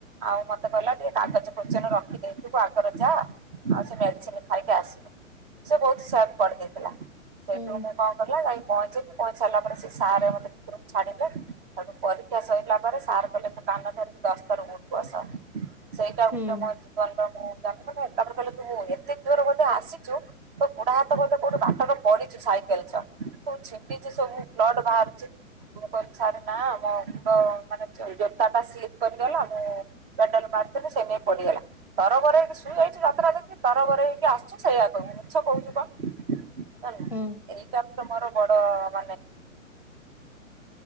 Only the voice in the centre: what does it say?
ହୁଁ
ହୁଁ
ହୁଁ